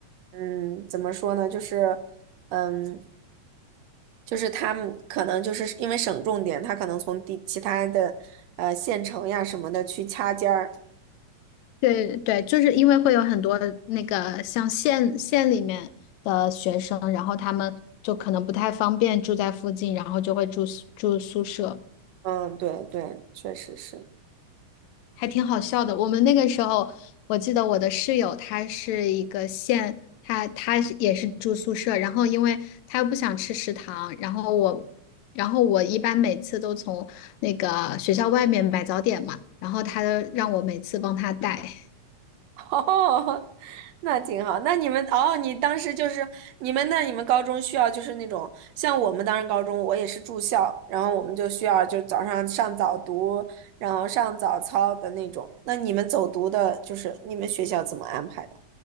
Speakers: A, on the right; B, on the left.
A: 嗯，怎么说呢，就是，嗯，就是他们可能就是因为省重点，他可能从地其他的呃县城呀什么的去掐尖儿。
B: 对对，就是因为会有很多那个像县县里面的学生，然后他们就可能不太方便住在附近，然后就会住宿住宿舍，
A: 嗯，对对，确实是。
B: 还挺好笑的。我们那个时候，我记得我的室友她是一个县，她她是也是住宿舍，然后因为她不想吃食堂，然后我然后我一般每次都从那个学校外面买早点嘛，然后她让我每次帮她带。
A: 哦，那挺好。那你们哦，你当时就是你们那你们高中需要就是那种像我们当时高中，我也是住校，然后我们就需要就早上上早读，然后上早操的那种。那你们走读的，就是你们学校怎么安排的？